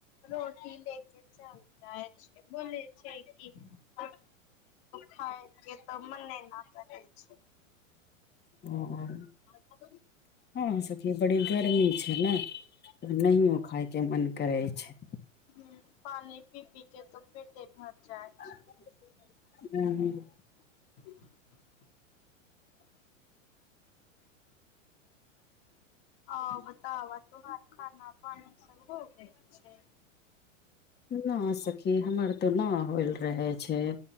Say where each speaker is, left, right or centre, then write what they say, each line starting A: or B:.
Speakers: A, on the left; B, on the left.
A: रोटी लेके चल <unintelligible> बोले छैय कि <unintelligible> खाय जेतऽ मन्ने न करे छैय।
B: अ
A: ह
B: हँ सखी बड़ी गर्मी छैय ने नहियो खाय के मन करै छैय।
A: हूं पानि पी पी के त पेटे भर जाइत छैय।
B: ह
A: <inaudible> आ बताव तू हर खाना पानि सब हो गेल छैय।
B: न सखी हमर तऽ न होयल रहै छैय।